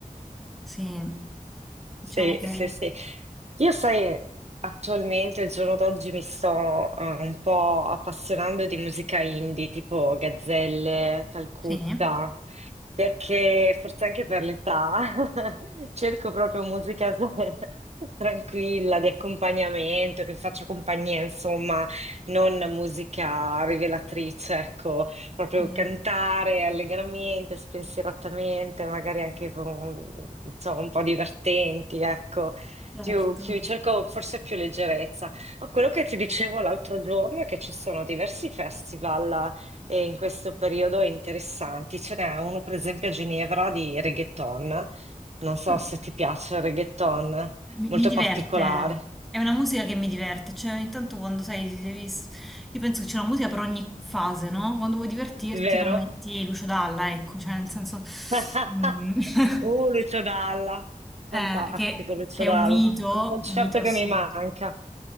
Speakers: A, in the centre; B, on the right.
A: sì, diciamo
B: Sì,
A: che
B: sì, sì. Io sai, attualmente, il giorno d'oggi, mi sto eh, un po' appassionando di musica indie, tipo Gazzelle, Calcutta,
A: sì,
B: perché forse anche per l'età <laughs> cerco proprio musica <laughs> tranquilla, di accompagnamento, che faccia compagnia, insomma, non musica rivelatrice, ecco proprio
A: sì,
B: cantare allegramente, spensieratamente, magari anche con, insomma, un po' divertenti, ecco.
A: certo.
B: Più, più- cerco forse più leggerezza. Ma quello che ti dicevo l'altro giorno è che ci sono diversi festival eh, in questo periodo interessanti. Ce n'è uno, per esempio, a Ginevra di reggaeton. Non so
A: Ah.
B: se ti piace il reggaeton,
A: Mi,
B: molto
A: mi diverte,
B: particolare,
A: è una musica che mi diverte, cioè ogni tanto quando sai, ti devi... s- io penso che c'è una musica per ogni fase, no? Quando vuoi divertirti
B: vero?
A: non metti Lucio Dalla, ecco, cioè nel senso
B: <laughs>
A: mm,
B: Uh, Lucio
A: <laughs>
B: Dalla,
A: eh,
B: fantastico
A: che,
B: Lucio
A: che è
B: Dalla,
A: un mito,
B: un concerto
A: un mito assoluto,
B: che mi manca.